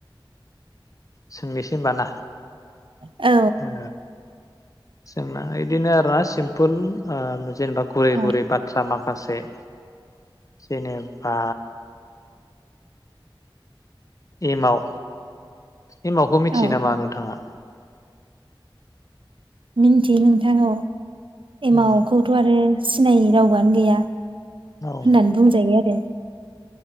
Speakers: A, on the left; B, on the right.
A: सोंनोसै होनब ना
B: औ
A: ओ जोंना इदिनो आरोना सिम्पोल जेनेबा गुरै
B: औ
A: गुरै बाथ्रा माखासे जेनेबा एमाव एमावखौ मिथियो
B: औ
A: नामा नोंथाङा?
B: मिन्थियो नोंथां औ। एमावखौथ
A: अ
B: आरो सिनायै रावबोआनो गैया
A: औ
B: होनानै बुंंजायो आरो